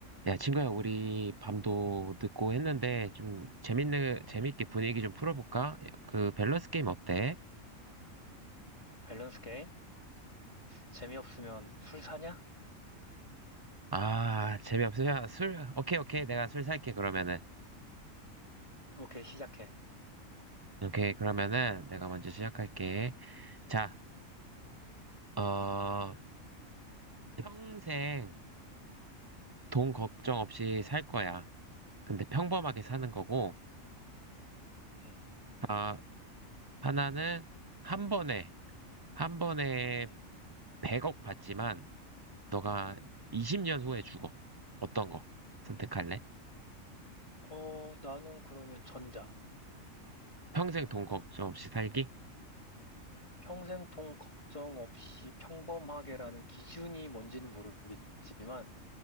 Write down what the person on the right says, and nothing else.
야, 친구야, 우리 밤도 늦고 했는데 좀 재밌는, 재밌게 분위기 좀 풀어볼까? 그 밸런스 게임 어때?
아, 재미없으면 술, 오케이, 오케이. 내가 술 살게, 그러면은.
오케이, 그러면은 내가 먼저 시작할게. 자, 어, 평생 돈 걱정 없이 살 거야. 근데 평범하게 사는 거고,
아, 하나는 한 번에, 한 번에
100억 받지만, 너가 20년 후에 죽어. 어떤 거 선택할래?
평생 돈 걱정 없이 살기?